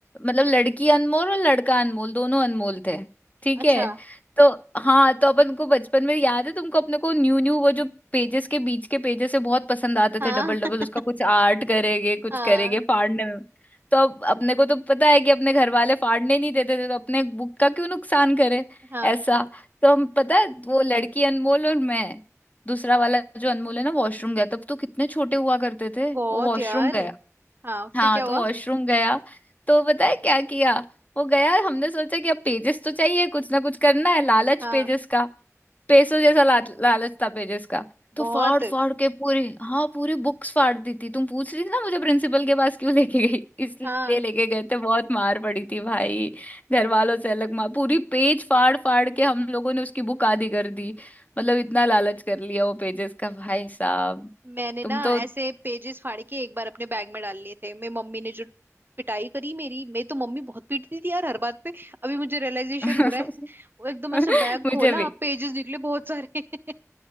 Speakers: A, on the left; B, on the right.
A: मतलब लड़की अनमोल और लड़का अनमोल दोनों अनमोल थे ठीक
B: अच्छा
A: है तो हाँ तो अपन को बचपन में याद है तुमको अपने को न्यू न्यू वो जो पेजेस के बीच के पेजेस से बहुत पसंद आते
B: हाँ
A: थे डबल डबल
B: <laughs>
A: उसका कुछ आर्ट करेंगे कुछ
B: हाँ
A: करेंगे फाड़ने में तो अब अपने को तो पता है कि अपने घर वाले फाड़ने नहीं देते थे तो अपने बुक का क्यों नुकसान करे
B: हाँ
A: ऐसा तो हम पता है वो लड़की अनमोल और मैं दूसरा वाला जो अनमोल है ना वॉशरूम गया तब तो कितने छोटे हुआ करते थे
B: बहुत
A: वो वॉशरूम
B: यार
A: गया
B: हाँ
A: हाँ
B: फिर क्या हुआ
A: तो वॉशरूम गया तो पता है क्या किया वो गया हमने सोचा कि अब पेजेस तो चाहिए कुछ ना कुछ करना है लालच
B: हाँ
A: पेजेस का पैसों जैसा ला, लालच था पेजेस का
B: बहुत
A: तो फाड़ फाड़ के पूरी हाँ पूरी बुक्स फाड़ दी थी तुम पूछ रही थी ना मुझे प्रिंसिपल के पास क्यों लेके गई <laughs> इसलिए
B: हाँ
A: लेके गए थे बहुत मार पड़ी थी भाई घर वालों से अलग मार पूरी पेज फाड़ फाड़ के हम लोगों ने उसकी बुक आधी कर दी मतलब इतना लालच कर लिया वो पेजेस का भाई साहब
B: मैंने
A: तुम
B: ना
A: तो
B: ऐसे पेजेस फाड़ के एक बार अपने बैग में डाल लिए थे मेरी मम्मी ने जो पिटाई करी मेरी मैं तो मम्मी बहुत पीटती थी यार हर बात पे अभी मुझे रियलाइजेशन
A: <laughs>
B: हो रहा है <laughs> वो एकदम ऐसे बैग
A: मुझे
B: खोला
A: भी
B: पेजेस निकले बहुत सारे <laughs>